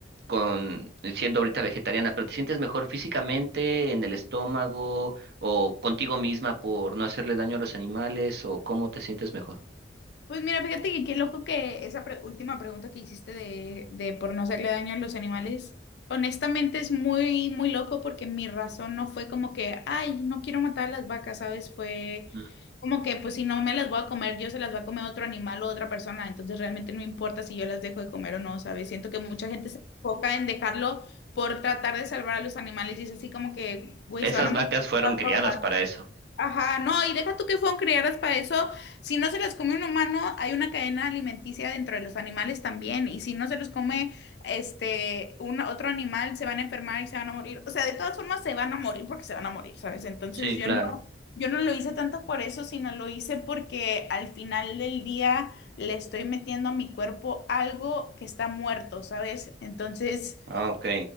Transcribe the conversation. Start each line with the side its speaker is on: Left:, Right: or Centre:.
Right: con siendo ahorita vegetariana, pero te sientes mejor físicamente, en el estómago o contigo misma por no hacerle daño a los animales o cómo te sientes mejor?
Left: Pues mira, fíjate que qué loco que esa pre- última pregunta que hiciste de, de por no hacerle daño a los animales, honestamente es muy, muy loco porque mi razón no fue como que, ay, no quiero matar a las vacas, ¿sabes? Fue
Right: Mm.
Left: como que, pues si no me las voy a comer, yo se las va a comer otro animal o otra persona, entonces realmente no importa si yo las dejo de comer o no, ¿sabes? Siento que mucha gente se enfoca en dejarlo por tratar de salvar a los animales y es así como que, güey,
Right: Esas
Left: se van a morir
Right: vacas
Left: de
Right: fueron
Left: todas
Right: criadas
Left: formas.
Right: para eso.
Left: Ajá, no, y deja tú que fueron criadas para eso. Si no se las come un humano, hay una cadena alimenticia dentro de los animales también. Y si no se los come este un, otro animal, se van a enfermar y se van a morir. O sea, de todas formas se van a morir porque se van a morir, ¿sabes? Entonces
Right: Sí,
Left: yo
Right: claro.
Left: no, yo no lo hice tanto por eso, sino lo hice porque al final del día le estoy metiendo a mi cuerpo algo que está muerto, ¿sabes? Entonces
Right: Ah, ok,